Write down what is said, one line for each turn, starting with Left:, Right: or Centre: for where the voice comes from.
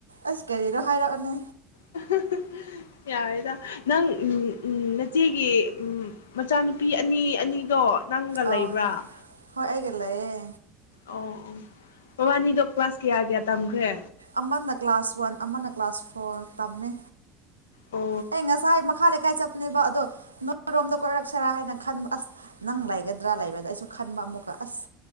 Right: ꯑꯁ ꯀꯔꯤ ꯔ ꯍꯥꯏꯔꯛꯑꯣꯅꯦ
Left: ꯍꯥ ꯍꯥ ꯍꯥ ꯌꯥꯔꯦꯗ ꯅꯪ ꯎꯝ ꯎꯝ ꯅꯆꯦꯒꯤ ꯎꯝ ꯃꯆꯥꯅꯨꯄꯤ ꯑꯅꯤ ꯑꯅꯤꯗꯣ ꯅꯪꯒ ꯂꯩꯕ꯭ꯔꯥ
Right: ꯑꯣ ꯍꯣꯏ ꯑꯩꯒ ꯂꯩꯌꯦ
Left: ꯑꯣ ꯑꯣ ꯕꯥꯅꯤꯗꯣ ꯀ꯭ꯂꯥꯁ ꯀꯌꯥ ꯀꯌꯥ ꯇꯝꯈ꯭ꯔꯦ
Right: ꯑꯃꯅ ꯀ꯭ꯂꯥꯁ ꯋꯥꯟ ꯑꯃꯅ ꯀ꯭ꯂꯥꯁ ꯐꯣꯔ ꯇꯝꯃꯦ
Left: ꯑꯣ
Right: ꯑꯩ ꯉꯁꯥꯏ ꯃꯈꯥ ꯀꯥꯏ ꯆꯠ ꯅꯦꯕ ꯑꯗꯣ ꯅꯣꯏꯔꯣꯝꯗ ꯀꯣꯏꯔꯛꯁꯔꯥ ꯍꯥꯏꯅ ꯈꯟꯕ ꯑꯁ ꯅꯪ ꯂꯩꯒꯗ꯭ꯔꯥ ꯂꯩꯕꯗ ꯑꯩꯁꯨ ꯈꯟꯕ ꯑꯃꯨꯛꯀ ꯑꯁ